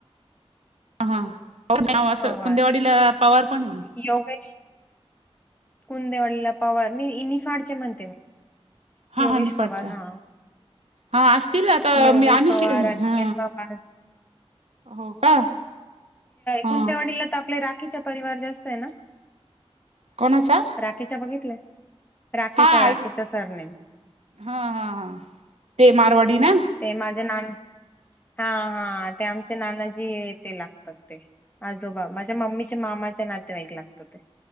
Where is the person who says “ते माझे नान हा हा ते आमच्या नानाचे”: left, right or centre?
Left